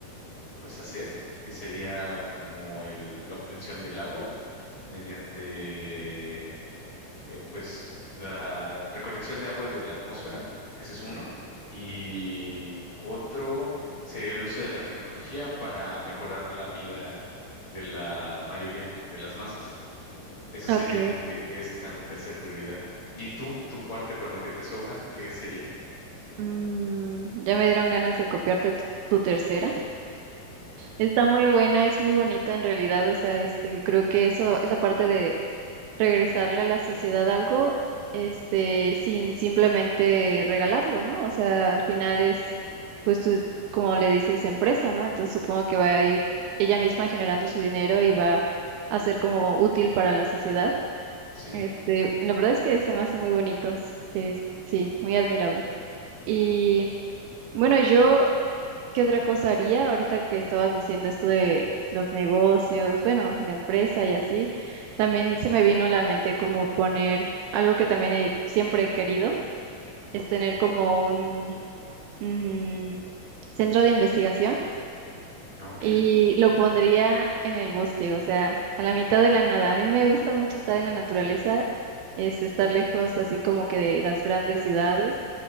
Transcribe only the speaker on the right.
Ok,
mm, ya me dieron ganas de copiarte tu, tu tercera. Está muy buena, es muy bonita en realidad, o sea, este, creo que eso, esa parte regresarle a la sociedad algo, este, sin simplemente regalarlo, ¿no? O sea, al final es, pues tú, como le dices, empresa, ¿no? Entonces supongo que va a ir ella misma generando su dinero y va a ser como útil para la sociedad.
Este, la verdad es que se me hace muy bonitos, es, sí, muy admirable. Y bueno, yo ¿Qué otra cosa haría ahorita que estabas diciendo esto de los negocios, bueno, la empresa y así? También se me vino a la mente como poner algo que también he- siempre he querido, es tener como un mm, centro de investigación
y lo pondría en el bosque, o sea, a la mitad de la nada. A mí me gusta mucho estar en la naturaleza, es estar lejos así como que de las grandes ciudades.